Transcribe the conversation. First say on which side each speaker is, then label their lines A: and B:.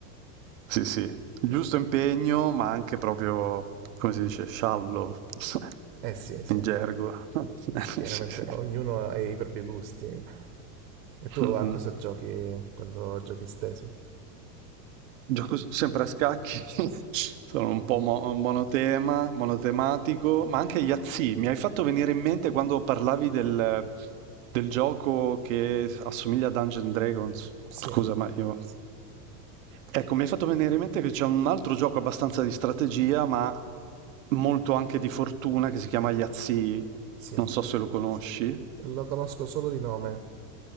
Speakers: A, on the right; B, on the right.
A: Sì, sì. Il giusto impegno, ma anche proprio, come si dice, sciallo, <laughs>
B: Eh sì, sì,
A: in gergo. <laughs>
B: Chiaramente
A: Sì, sì.
B: ognuno ha i propri gusti. E tu
A: Mhm.
B: a cosa giochi quando giochi steso?
A: Gioco s sempre a scacchi, <laughs> sono un po' mo monotema monotematico, ma anche Yahtzee. Mi hai fatto venire in mente quando parlavi del, del gioco che assomiglia a Dungeons and Dragons.
B: Sì,
A: Scusa, ma io... Ecco, mi hai fatto venire in mente che c'è un altro gioco abbastanza di strategia, ma molto anche di fortuna, che si chiama Yahtzee.
B: sì.
A: Non so se lo conosci.
B: Lo conosco solo di nome.